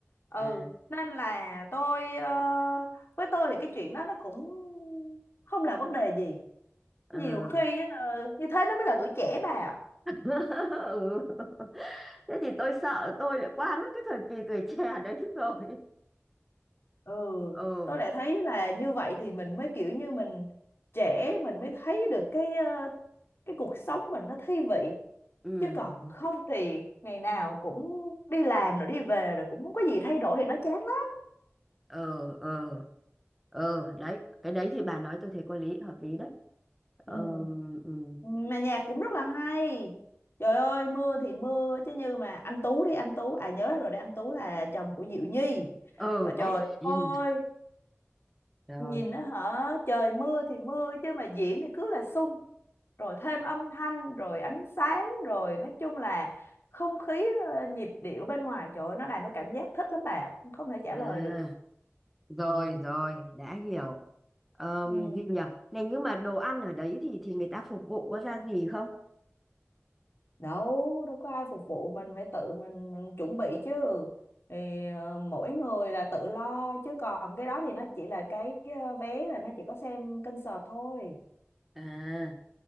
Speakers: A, on the left (about 60°); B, in the centre.
A: ừ
B: à,
A: nên là tôi ờ, với tôi thì cái chuyện đó nó cũng không là vấn đề gì
B: à.
A: nhiều khi á, ờ, như thế nó mới là tuổi trẻ bà ạ.
B: <laughs> ừ. thế thì tôi sợ tôi lại qua mất cái thời kỳ tuổi trẻ đấy rồi
A: ừ
B: ừ
A: tôi lại thấy là như vậy thì mình mới kiểu như mình trẻ mình mới thấy được cái ờ, cái cuộc sống mình nó thi vị
B: ừ
A: chứ còn không thì ngày nào cũng đi làm rồi đi về rồi cũng không có gì thay đổi thì nó chán lắm
B: ờ ờ ờ đấy cái đấy thì bà nói tôi thấy có lý hợp lý đấy ờ
A: ừ
B: ừ.
A: mà nhạc cũng rất là hay trời ơi mưa thì mưa chứ như mà anh Tú đi anh Tú à nhớ ra rồi đấy anh Tú là chồng của Diệu Nhi
B: ờ
A: Ờ, trời
B: đấy
A: ơi
B: ừ. rồi
A: nhìn nó hả trời mưa thì mưa chứ mà diễn thì cứ là sung rồi thêm âm thanh rồi ánh sáng rồi nói chung là không khí ờ, nhịp điệu bên ngoài trời ơi nó làm cái cảm giác thích lắm bà ạ. không thể trả
B: à
A: lời được
B: rồi
A: ừ.
B: rồi đã hiểu um,
A: Ừ.
B: gì nhỉ này nhưng mà đồ ăn ở đấy thì thì người ta phục vụ có ra gì không
A: đâu đâu có ai phục vụ mình phải tự mình, mình chuẩn bị chứ thì ờ, mỗi người là tự lo chứ còn cái đó thì nó chỉ là cái ờ, vé là nó chỉ có xem concert thôi
B: à